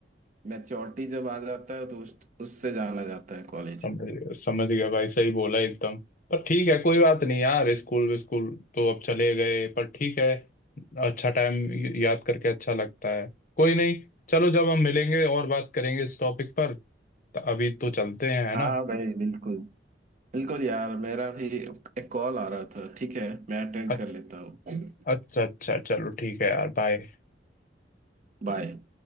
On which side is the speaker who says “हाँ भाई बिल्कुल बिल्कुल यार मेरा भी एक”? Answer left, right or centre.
Right